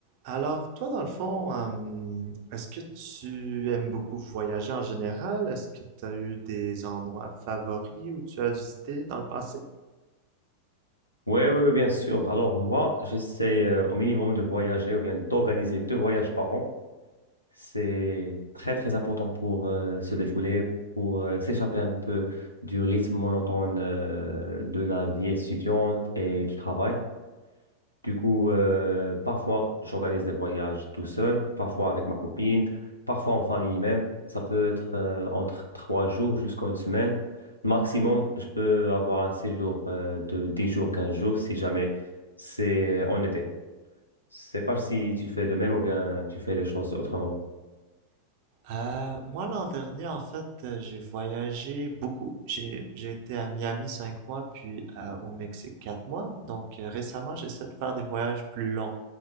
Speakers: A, on the right; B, on the left.
A: Alors, toi, dans le fond, euh, est-ce que tu aimes beaucoup voyager en général? Est-ce que tu as eu des endroits favoris où tu as visité dans le passé?
B: Oui, oui, oui, bien sûr. Alors moi, j'essaie euh, au minimum de voyager ou bien d'organiser deux voyages par an. C'est très, très important pour euh, se défouler, pour euh, s'échapper un peu du rythme monotone euh, de la vie étudiante et du travail. Du coup, euh, parfois, j'organise des voyages tout seul, parfois avec ma copine, parfois en famille même. Ça peut être euh, entre trois jours jusqu'à une semaine. Maximum, je peux avoir un séjour euh, de 10 jours, 15 jours si jamais c'est en été. Je sais pas si tu fais de même ou bien tu fais les choses autrement.
A: Euh, moi, l'an dernier, en fait, euh, j'ai voyagé beaucoup. J'ai, j'ai été à Miami cinq mois, puis euh, au Mexique quatre mois. Donc, euh, récemment, j'essaie de faire des voyages plus longs.